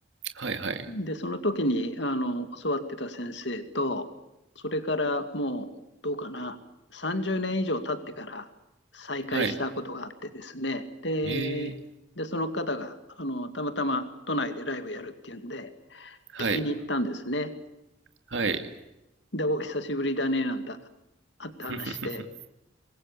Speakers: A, on the right; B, on the left.
A: はいはい。
B: で、その時にあの教わってた先生と、それからもうどうかな、30年以上経ってから再会したことがあってですね、
A: はい。
B: で、
A: ええ、
B: でその方があのたまたま都内でライブやるっていうんで、
A: はい、
B: 聞きに行ったんですね。
A: はい。
B: で、お久しぶりだね、なんて、あって話して、
A: <laughs> うん、